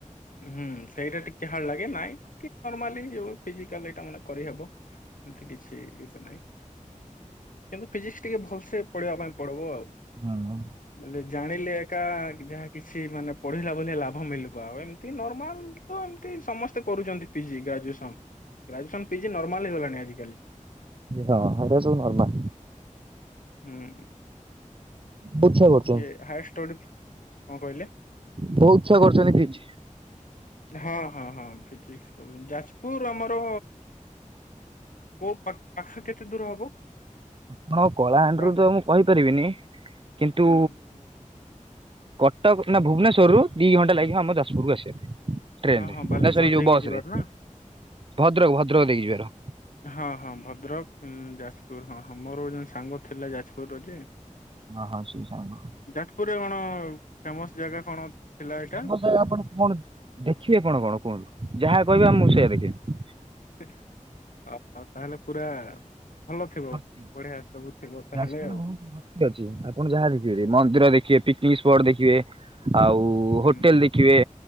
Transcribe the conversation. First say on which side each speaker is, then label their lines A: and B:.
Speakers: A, on the left; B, on the right.
A: ହୁଁ ସେଇଟା ଟିକେ ହାର୍ଡ ଲାଗେ ନାଇଁ ନର୍ମାଲି ଫିଜିକାଲି ଏଇଟା ମାନେ କରିହବ। ଏମିତି କିଛି ଜିନଷ ନାହିଁ। କିନ୍ତୁ ଫିଜିକ୍ସ ଟିକେ ଭଲସେ ପଢିଇବା ପାଇଁ ପଡବ ଆଉ।
B: ଆଉ କଣ?
A: ବଲେ ଜାଣିଲେ ଏକା ଯାହା କିଛି ମାନେ ପଢିଲା ଭଳିଆ ଲାଭ ମିଳିବ ଆଉ ଏମିତି ନର୍ମାଲ ହଁ ଏମିତି ସମସ୍ତେ କରୁଛନ୍ତି PG graduation. Graduation PG normal ହେଲାଣି ଆଜିକାଲି।
B: ହଁ ହେରା ସବୁ ନର୍ମାଲ
A: ହୁଁ।
B: ବହୁତ ଛୁଆ କରୁଛନ୍ତି
A: ଇଏ ହାୟରଷ୍ଟଡି କଣ କହିଲେ?
B: ବହୁତ ଛୁଆ କରୁଛନ୍ତି ପିଜି।
A: ହଁ ହଁ ହଁ ଫିଜିକ୍ସି ପଢ଼ୁଛନ୍ତି ଯାଜପୁର ଆମ ଟ କୋଉ ପାଖ ପାଖ କେତେ ଦୂର ହବ?
B: ଆମର କଳାହାଣ୍ଡିରୁ
A: ତା-
B: ତ ମୁଁ କହିପାରିବିନି କିନ୍ତୁ
A: ହୁଁ
B: କଟକ ନା ଭୁବନେଶ୍ୱରରୁ ଦିଇ ଘଣ୍ଟା ଲାଗିବ ଆମ ଯାଜପୁରକୁ ଆସିବା ପାଇଁ। ଟ୍ରେନ
A: ହଁ ହଁ
B: ରେ
A: ବାଲେଶ୍ଵର
B: ନା ସରି ଯୋଉ
A: ଦେଇକି
B: ବସ
A: ଯିବାର
B: ରେ
A: ନା
B: ଭଦ୍ରକ ଭଦ୍ରକ ଦେଇକି ଯିବାର।
A: ହଁ ହଁ ଭଦ୍ରକ ଉଁ ଯାଜପୁର ହଁ ହଁ ମୋର ଜଣେ ସାଙ୍ଗ ଥିଲା ଯାଜପୁର ର ଯେ
B: ହଁ ହଁ ସେଇ ସାଙ୍ଗ।
A: ଯାଜପୁରରେ କଣ ଫେମସ୍ ଜାଗା କଣ? ଥିଲା ଏଇଟା
B: ଫେମସ୍ ଜାଗା ଆପଣ କଣ ଦେଖିବେ କଣ କଣ କୁହନ୍ତୁ ଯାହା କହିବେ ମୁଁ ସେଇଆ ଦେଖେଇବେ।
A: ହେ ଆପଣ ତାହେଲେ ପୁରା ଭଲ ଥିବ
B: ଭର୍ତ୍ତି
A: ବଢିଆ ସବୁ ଥିବ ତାହେଲେ
B: ଯାଜପୁରରେ
A: ଆଉ।
B: ବହୁତ ଭର୍ତ୍ତି ଠିକ୍ ଅଛି ଆପଣ ଯାହା ଦେଖିପାରିବେ। ମନ୍ଦିର ଦେଖିବେ ପିକିନିକ୍ ସ୍ଫଟ୍ ଦେଖିବେ ଆଉ
A: ହୁଁ
B: ହୋଟେଲ ଦେଖି ଖିବେ।